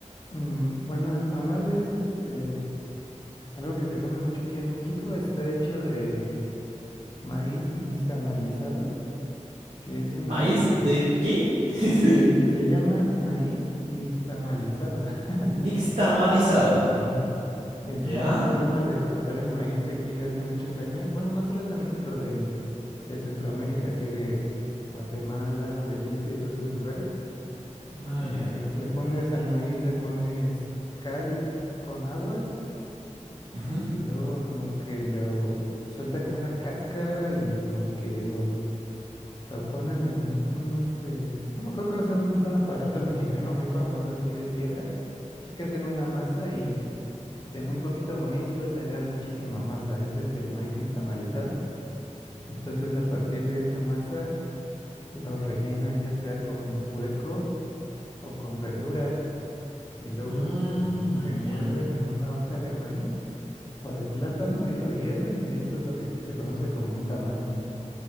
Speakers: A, on the left (about 35°); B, on the right (about 60°).
A: mm, bueno, el tamal es este, algo que se come mucho aquí en México. Está hecho de maíz nixtamalizado, que es una
B: ¿Maíz
A: forma,
B: de qué? <laughs>
A: se, se llama maíz nixtamalizado. <laughs>
B: Nixtamalizado.
A: Ajá. Es
B: ¿Ya?
A: una forma de preparar el maíz aquí de hace muchos años. Bueno, no solo es de México, de, de Centroamérica, así de Guatemala, Belice y todos esos lugares.
B: Ah,
A: Eh,
B: ya.
A: le pones al maíz, le pones cal con agua
B: Ujú.
A: Y luego como que lo suelta como una cáscara y como que lo, lo ponen en un, un, este, no me acuerdo cómo se llama, un aparato mexicano muy famoso así de piedra. Es que hacen una masa y de muy poquito maíz puedes sacar muchísima masa. Ese es el maíz nixtamalizado. Entonces a partir de esa masa lo rellenan ya sea con puerco o con verduras y luego
B: Ah,
A: lo envuelven
B: ya.
A: en una hoja de maíz o de plátano
B: Ujú.
A: y lo hierven y eso es lo que aquí se conoce como un tamal.